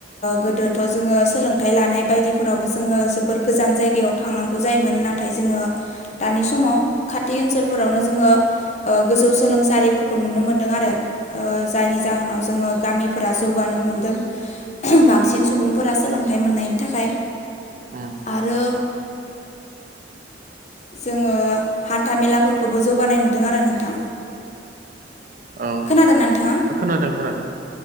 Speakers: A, on the left; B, on the right.
A: गोदोथ' जोङो सोलोंथाइ लानाय बायदिफोरावबो जोङो जोबोर गोजान जायगायाव थांनांगौ जायोमोन नाथाय नाथाय जोङो दानि समाव खाथि ओनसोलफोरावनो जोङो ओ गोजौ सोलोंसालिफोरखौ नुनो मोनदों आरो ओ जायनि जाहोनाव जोङो गामि फोर जौगानो हमदों बांसिन सुबुंफोरा सोलोंथाइ मोननायनि थाखाय
B: ओम
A: आरो जोङो हान्था मेलाफोरखौबो जौगानाय नुदों आरो नोंथां
B: औ
A: खोनादों नोंथाङा
B: खोनादों खोनादों